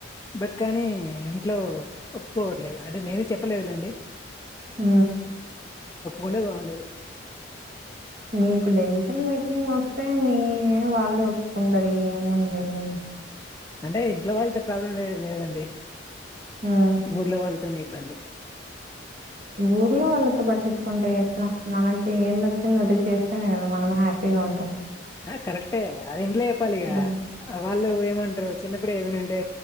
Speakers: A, on the left; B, on the right.
A: బట్ కానీ ఇంట్లో ఒప్పుకోవట్లేదు అంటే నేనే చెప్పలేదులేండి
B: ఉ
A: కుండే బాగుండేది
B: మీకు లేస్ మేకింగ్ వస్తే మీ వాళ్ళే ఒప్పుకుంటారు ఏముంది
A: అంటే ఇంట్లో వాళ్ళతో ప్రాబ్లం లేదు లేదండి
B: ఉమ్
A: ఊర్లో వాళ్ళతోనే అదే
B: ఊర్లో వాళ్ళతో పట్టించుకుంటే ఎట్లా మనకి ఏందొచ్చిందో అది చేస్తేనే కదా మనం హ్యాపీగా ఉంటాం
A: ఆ కరెక్టే అది ఇంట్లో చెప్పాలిగా
B: ఉమ్
A: వాళ్ళు ఏమంటారు ఇప్పుడు ఏమైనంటే